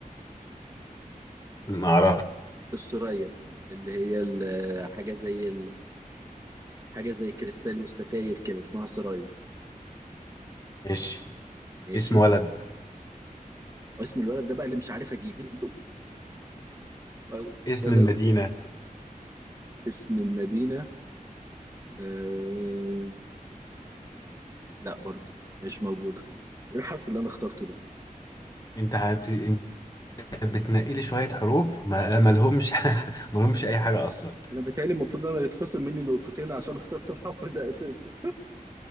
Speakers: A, on the left; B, on the right.
A: ما اعرفش
B: السرية اللي هي ال- حاجه زي حاجه زي كريستال والستاير كده اسمها سرايا
A: ماشي
B: ماشي
A: اسم ولد
B: واسم الولد ده بقى اللي مش عارف اجيبه <laughs>
A: اسم
B: ده
A: المدينة
B: لو اسم المدينه آه... لا برضه مش موجوده ايه الحرف اللي انا اخترته ده
A: انت هت... انت بتنقلي شوية حروف ما ما لهمش <laughs> ما لهمش اي حاجة اصلا
B: انا بيتهيألي المفروض انا يتخصم مني نقطتين عشان اخترت <laughs> الحرف ده اساسا <laughs>